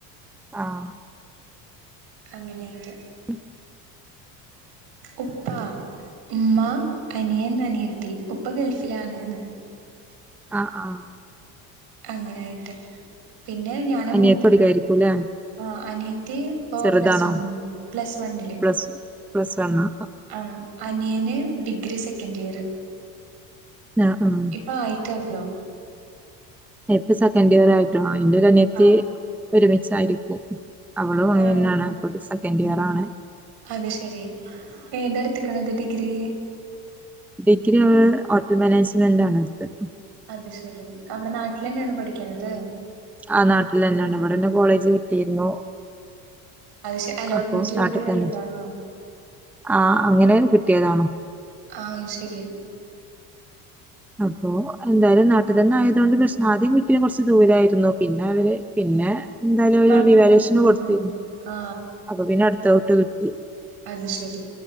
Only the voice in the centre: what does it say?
ആഹ്
<unintelligible>
ആഹ് ആഹ്
അനിയത്തി
പഠിക്കായിരിക്കുംല്ലേ
ചെറുതാണോ
പ്ലസ് പ്ലസ് വണ്ണാ
ആഹ് ആഹ്
ഏപ്പ സെക്കൻ് ഇയർ ആയിട്ടുള്ളോ ആ ഇന്റെ ഒരു അന്യത്തി
ഒരുമിച്ച ആയിരിക്കും അവളു <unintelligible>
ലാണ് പ്പ സെക്കൻഡ് ഇയർ ആണ്
ഡിഗ്രി ഹോട്ടൽ മാനേജ്മെന്റ് ആണ് ഇട്ത്താത്
ആ നാട്ടിൽ ന്നെയാണ് ഇവിടെന്നെ കോളേജ് കിട്ടിയിരുന്നു
അപ്പൊ
നാട്ടിൽ
തന്നെ ആഹ് അങ്ങനെ കിട്ടിയതാണ്
അപ്പൊ എന്തായാലും നാട്ടു തന്നെ ആയത് കൊണ്ട് പ്രശ്നം ആദ്യം കിട്ടി കൊറച്ച് ദൂരായിരുന്നു പിന്നെ അവര് പിന്നെ എന്തായാലും ഒരു
റിവാലേഷന്
കൊടുത്തിരുന്നു
അപ്പൊ പിന്നെ അടുത്ത ഔട്ട് കിട്ടി